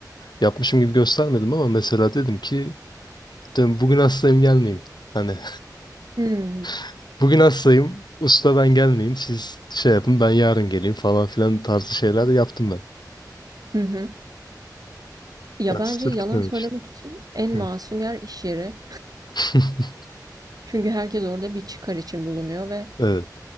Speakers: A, on the left; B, on the right.
A: yapmışım gibi göstermedim ama mesela dedim ki "Dön- bugün hastayım gelmeyeyim. Hani
B: Hmm.
A: <laughs> bugün hastayım usta ben gelmeyeyim siz şey yapın ben yarın geleyim falan filan tarzı şeyler yaptım ben.
B: Hı hı. Ya
A: Ya
B: bence
A: sırf
B: yalan
A: gitmemek
B: söylemek
A: işte.
B: için en
A: Hı.
B: masum yer iş yeri.
A: <laughs>
B: Çünkü herkes orada bir çıkar için bulunuyor ve
A: Evet